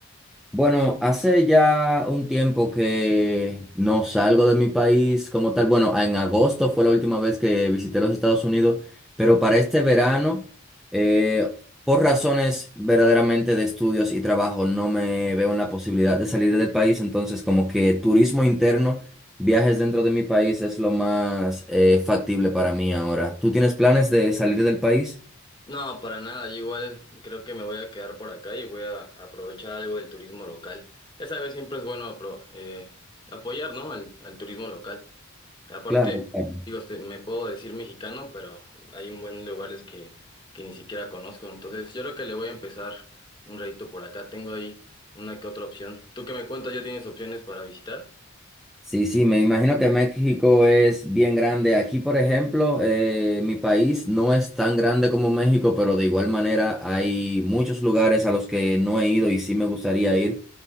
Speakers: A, in the centre; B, on the left.
A: Bueno, hace ya un tiempo que no salgo de mi país como tal. Bueno, en agosto fue la última vez que visité los Estados Unidos, pero para este verano, eh, por razones verdaderamente de estudios y trabajo, no me veo en la posibilidad de salir del país. Entonces, como que turismo interno, viajes dentro de mi país es lo más eh, factible para mí ahora. ¿Tú tienes planes de salir del país?
B: No, para nada. Yo igual creo que me voy a quedar por acá y voy a aprovechar algo del turismo local. Ya sabes, siempre es bueno apro- eh, apoyar, ¿no? Al, al turismo local. Aparte,
A: Claro. claro.
B: digo, este, me puedo decir mexicano, pero hay un buen lugares que, que ni siquiera conozco. Entonces, yo creo que le voy a empezar un ratito por acá. Tengo ahí una que otra opción. ¿Tú qué me cuentas? ¿Ya tienes opciones para visitar?
A: Sí, sí, me imagino que México es bien grande. Aquí, por ejemplo, eh, mi país no es tan grande como México, pero de igual manera hay muchos lugares a los que no he ido y sí me gustaría ir.